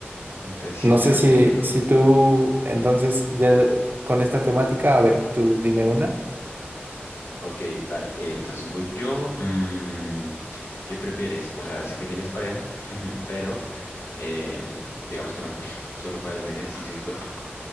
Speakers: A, on the left (about 75°); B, on the right (about 50°).
A: Entonces sí,
B: No
A: también
B: sé si,
A: me iría por
B: si
A: ahí.
B: tú, entonces, ya con esta temática, a ver, tú dime una.
A: Ok, dale, eh, entonces voy yo. mm, ¿qué prefieres? O sea, sé que tienes pareja, pero eh, digamos que no, <laughs> solo para este ejercicio hipotético.